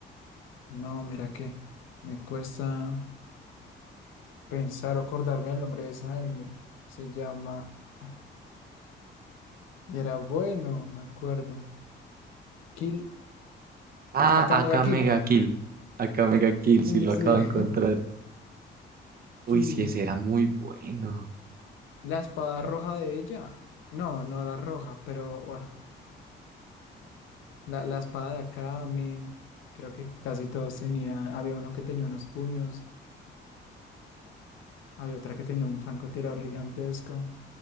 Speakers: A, on the left (about 85°); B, on the right (about 50°).
A: No, mira que me cuesta pensar o acordarme del nombre de ese anime. Se llama... ah, Y era bueno, me acuerdo. Kill.
B: Ah,
A: Acá
B: acá
A: Mega Kill.
B: Mega Kill. Acá Mega Kill,
A: Sí,
B: sí lo
A: sí,
B: acabo de
A: sí. <laughs>
B: encontrar. Uy,
A: Kill.
B: sí, ese era muy bueno.
A: La espada roja de ella. No, no era roja, pero uah, la, la espada de acá, me creo que casi todos tenían. Había uno que tenía unos puños, había otra que tenía un francotirador gigantesco.